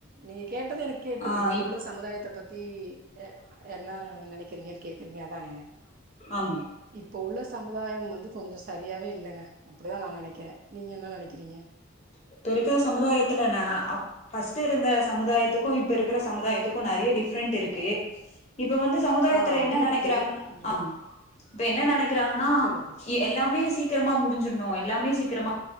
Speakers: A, on the right; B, on the left.
A: நீ கேட்டது எனக்கு கேட்டுது
B: ஆ
A: இப்ப
B: இப்
A: உள்ள சமுதாயத்த பத்தி எ என்ன நெனைக்கிறீங்க கேக்குறீங்க அதானே
B: ஆமா
A: இப்ப உள்ள ஸ் சமுதாயம் வந்து கொஞ்சோ சரியாவே இல்லைங்க அப்படிதா நா நெனகிரா நீங்க என்ன நெனைக்கிறீங்க
B: இப்ப இருக்குற சமுதாயத்துலன அவ் பர்ஸ்ட் இருந்த சமுதாயத்துக்கு இப்ப இருக்கிற சமுதாயத்துக்கு நிறைய டிஃப்ரெண்ட் இருக்கு இப்ப வந்து சமுதாயத்துல
A: ஆ அது
B: என்ன நெனைக்கிறாங்கன்ன
A: இருக்கு ம்
B: ஆ இப்ப என்ன நினைக் கிராங்கன
A: சொல்லுங்க
B: எ எல்லாமே சீக் க்கிரமா முடிஞ்சிடுணு எல்லாமே சீக்கிரமா